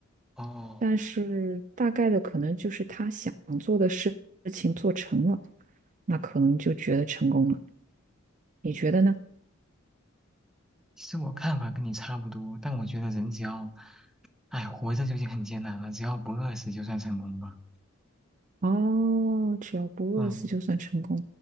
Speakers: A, in the centre; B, on the right (about 35°).
A: 哦，
B: 但是大概的可能就是他想做的事情做成了，那可能就觉得成功了。你觉得呢？
A: 其实我看法跟你差不多，但我觉得人只要，哎，活着就已经很艰难了，只要不饿死就算成功吧。
B: 哦，只要不饿死就算成功，
A: 嗯，